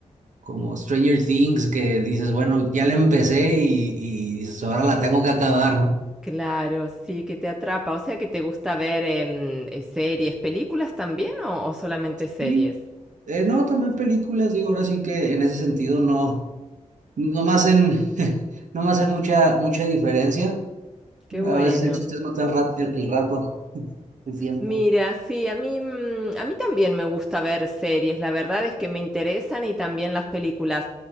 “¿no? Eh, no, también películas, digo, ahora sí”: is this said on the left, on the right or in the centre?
Right